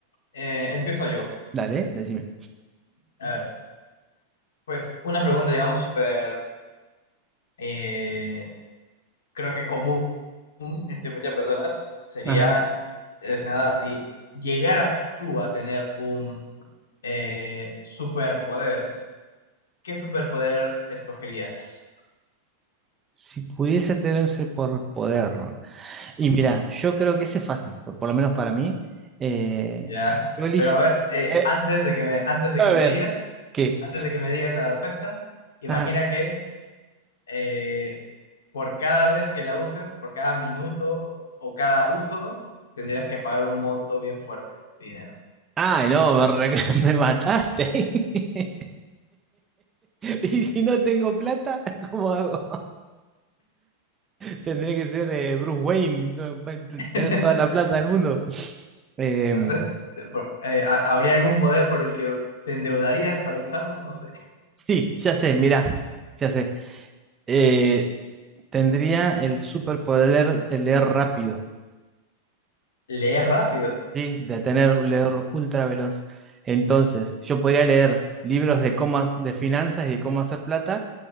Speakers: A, on the left; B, on the right.
A: eh, empiezo yo.
B: Dale, eh, decime.
A: A ver, pues una pregunta, digamos, súper, eh, creo que común. común entre muchas personas sería,
B: Ajá.
A: es nada, si llegaras tú a tener un eh, superpoder, ¿qué superpoder escogerías?
B: Si pudiese tener un superpoder. Y
A: Ujú,
B: mira, yo creo que ese es fácil, por, por lo menos para mí. Eh,
A: ¿Ya?
B: yo elige.
A: Pero a ver, eh,
B: eh,
A: antes de que me, antes de
B: a
A: que
B: ver,
A: me digas,
B: ¿qué?
A: antes de que me digas la respuesta, imagina
B: Ajá.
A: que eh, por cada vez que la uses, por cada minuto o cada uso, tendrías que pagar un monto bien fuerte de dinero.
B: Ay, no, me, re- <laughs> me mataste. <laughs> Y si no tengo plata, ¿cómo hago? Tendría que ser eh, Bruce Wayne, co- pa-
A: <laughs>
B: tener toda la plata del mundo. Em,
A: No sé. eh, por- eh, ha- ¿habría algún poder por el que te endeudarías para usarlo? No sé.
B: sí, ya sé, mirá, ya sé. Eh, tendría el superpoder de leer rápido,
A: Leer rápido.
B: ¿sí? De tener un leer ultra veloz. Entonces, yo podría leer libros de cómo, de finanzas y de cómo hacer plata.